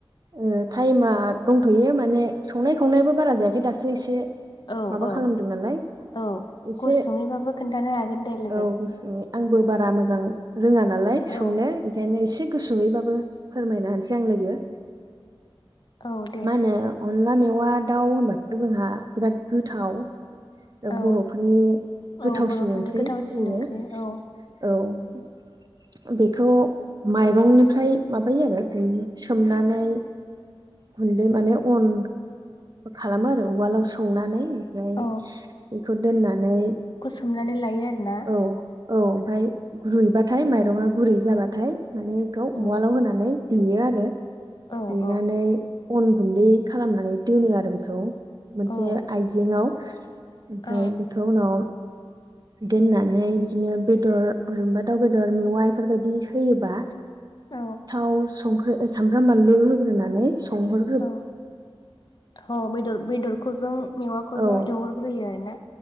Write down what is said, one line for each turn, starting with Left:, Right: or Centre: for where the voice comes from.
Right: ओ टाइमा दंथ'यो माने संनाय खावनायाबो बारा जायाखै दासो एसे
Left: औ
Right: माबा
Left: औ
Right: खालामदों नालाय
Left: औ
Right: एसे
Left: गुसुङैबाबो खोन्थानो हागोन। दे लोगो
Right: औ गोसो आंबो बारा मोजां रोङा नालाय
Left: औ
Right: संनो बेखायनो एसे गुसुङैबाबो फोरमायना होनोसै आं लोगो
Left: औ दे
Right: मा होनो अनला मेवा दाउ होनबाथ' जोंहा बिराद गोथाव
Left: औ
Right: बर'फोरनि
Left: औ
Right: गोथावसिन
Left: बर'फोरनि
Right: ओंख्रि
Left: गोथावसिन
Right: बेयो।
Left: ओंख्रि औ
Right: औ बेखौ माइरंनिफ्राय माबायो आरो उम सोमनानै गुन्दै माने अन खालामो आरो उवालाव सौनानै ओमफ्राय
Left: औ
Right: बेखौ दोननानै
Left: सुमनानै लायो आरो ना
Right: औ, औ ओमफ्राय रुइबाथाय माइरंआ गुरै जाबाथाय थाय माने बेयाव
Left: औ
Right: उवालाव होनानै देयो आरो,
Left: औ
Right: देनानै
Left: औ
Right: अन गुन्दै खालामनानै दोनो आरो बेखौ मोनसे
Left: औ
Right: आइजेंआव ओमफ्राय
Left: औ
Right: बेखौ उनाव दोननानै बिदिनो बेदर जरेनबा दाउ बेदर मेवा बेफोरबायदि होयोबा
Left: औ
Right: थाव संख्रि सामब्राम बानलु होग्रोनानै सोंहो
Left: औ औदर बेदरखौ ज मेवाखौ
Right: औ
Left: ज एवहरग्रोयो आरोना